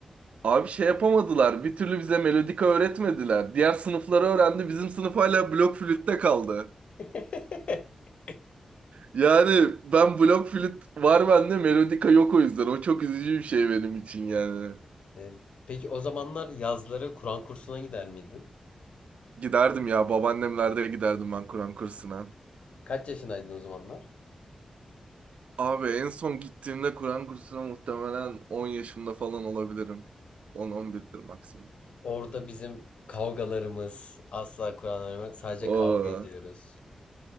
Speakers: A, on the right; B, on the left.
A: Abi şey yapamadılar. Bir türlü bize melodika öğretmediler. Diğer sınıfları öğrendi. Bizim sınıf hala blok flütte kaldı.
B: <laughs>
A: Yani ben blok flüt var bende melodika yok o yüzden. O çok üzücü bir şey benim için yani.
B: Evet. Peki o zamanlar yazları Kur'an kursuna gider miydin?
A: Giderdim ya babaannemlerde giderdim ben Kur'an kursuna.
B: Kaç yaşındaydın o zamanlar?
A: Abi en son gittiğimde Kur'an kursuna muhtemelen 10 yaşımda falan olabilirim. 10-11'dir maksimum.
B: Orada bizim kavgalarımız asla Kur'an öğrenmek sadece
A: Oo,
B: kavga ediyoruz.